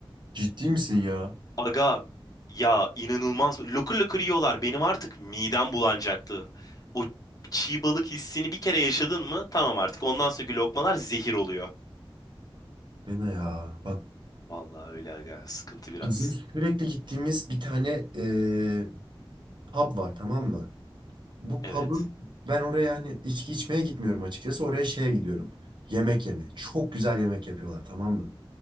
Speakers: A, on the right (about 55°); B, on the left (about 40°).
A: Ciddi misin ya?
B: Aga ya inanılmaz. Lokur lokur yiyorlar. Benim artık midem bulanacaktı. O çiğ balık hissini bir kere yaşadın mı? Tamam artık. Ondan sonraki lokmalar zehir oluyor.
A: Deme ya. Bak
B: Vallahi öyle aga. Sıkıntı biraz.
A: bizim sürekli gittiğimiz bir tane eee, pub var tamam mı? Bu
B: Evet.
A: pub'ın ben oraya hani içki içmeye gitmiyorum açıkçası. Oraya şeye gidiyorum. Yemek yemeye. Çok güzel yemek yapıyorlar tamam mı?